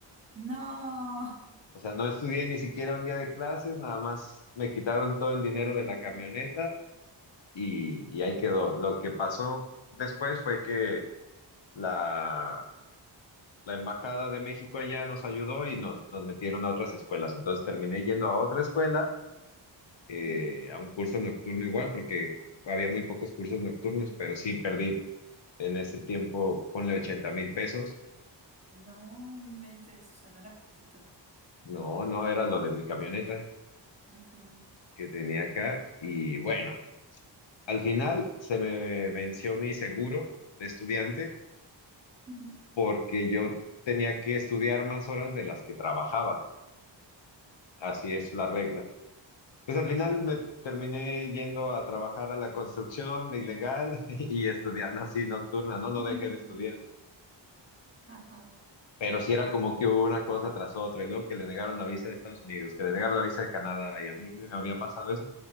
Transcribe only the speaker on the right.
No.
Sí,
ujú.
No, no inventes, o sea, no era poquito.
Ujú,
ujú,
ujú.
Ajá.